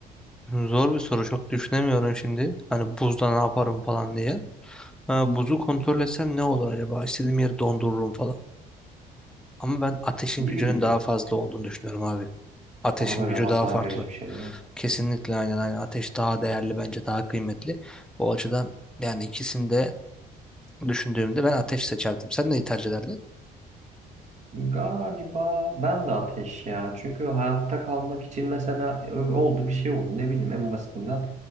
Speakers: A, in the centre; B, on the right (about 45°).
A: Zor bir soru çok düşünemiyorum şimdi. Hani buzda ne yaparım falan diye. Ha, buzu kontrol etsem ne olur acaba? İstediğim yeri dondururum falan. Ama ben ateşin
B: Gibi
A: gücünün
B: gibi.
A: daha fazla olduğunu düşünüyorum abi. Ateşin
B: Daha böyle
A: gücü
B: hasar
A: daha farklı.
B: verici bir şey değil mi?
A: Kesinlikle aynen aynen. Ateş daha değerli bence daha kıymetli. O açıdan yani ikisini de düşündüğümde ben ateş seçerdim. Sen neyi tercih ederdin?
B: Galiba ben de ateş ya. Çünkü hayatta kalmak için mesela ö- oldu bir şey oldu. Ne bileyim en basitinden